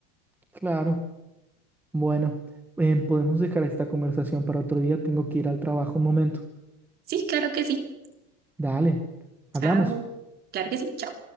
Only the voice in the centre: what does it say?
claro. Bueno, em, podemos dejar esta conversación para otro día, tengo que ir al trabajo un momento.
Dale,
hablamos.